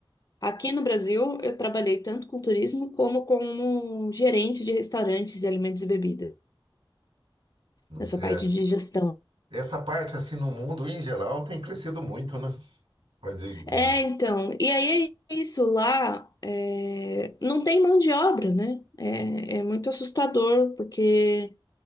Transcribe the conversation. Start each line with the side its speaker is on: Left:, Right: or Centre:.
Left: aqui no Brasil eu trabalhei tanto com turismo como como gerente de restaurantes de alimentos e bebidas,
Right: Não
Left: nessa
Right: sei,
Left: parte
Right: acho
Left: de
Right: que...
Left: gestão.
Right: Essa parte, assim, no mundo em geral tem crescido muito, né? Pode... ir.
Left: É, então, e aí é isso lá, é, não tem mão de obra, né? É, é muito assustador, porque